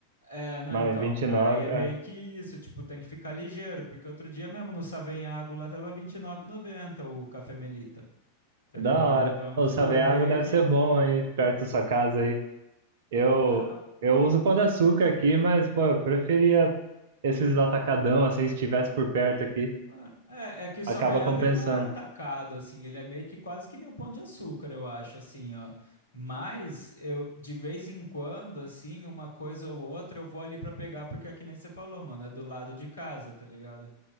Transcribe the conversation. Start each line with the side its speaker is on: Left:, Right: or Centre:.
Left: É, não,
Right: mas
Left: então,
Right: 29,
Left: aí é meio
Right: é,
Left: que isso, tipo, tem que ficar ligeiro, porque outro dia mesmo no Savenhago lá tava vinte e nove e noventa o café Melita, tá
Right: da
Left: ligado?
Right: hora.
Left: Então,
Right: O
Left: tipo,
Right: água
Left: é meio
Right: deve
Left: que,
Right: ser bom aí, perto da sua casa aí. Eu,
Left: ah,
Right: eu uso pão de açúcar aqui, mas, pô, eu preferia esses atacadão, assim, se estivesse por perto aqui,
Left: Mano, É, é que o
Right: acaba
Left: Savanhago
Right: compensando.
Left: ele não é atacado assim, ele é meio que quase que nem o Pão de Açúcar, eu acho assim, ó. Mas eu de vez em quando assim, uma coisa ou outra, eu vou ali pra pegar porque é que nem você falou, mano, é do lado de casa, tá ligado?